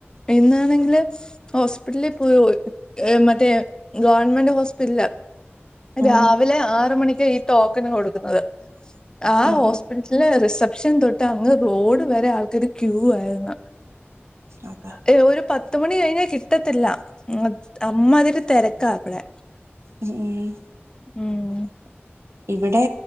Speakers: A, on the left (about 20°); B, on the right (about 85°).
A: ഇന്നാണെങ്കില്. ഹോസ്പിറ്റൽ പോയി മറ്റേ ഗവർമെന്റ് ഹോസ്പിറ്റല
B: ഉം
A: രാവിലെ ആറ് മണികാ ഈ ടോക്കന് കൊടുക്കുന്നത് ആഹ്
B: ഉം
A: ഹോസ് ട്ടില് റിസപ്ഷൻ തൊട്ട് അങ്ങ് റോഡ് വരെ ആൾക്കാാര് ക്യൂ ആയിരുന്ന.
B: അതെ.
A: ഏ ഒരു പത് മണി കഴിഞ്ഞാ കിട്ടത്തില്ല അമ്മതിരി തെരക്കാ ഇപടെ.
B: ഏഹ് ഏഹ്
A: ഉം.
B: ഇവിടെ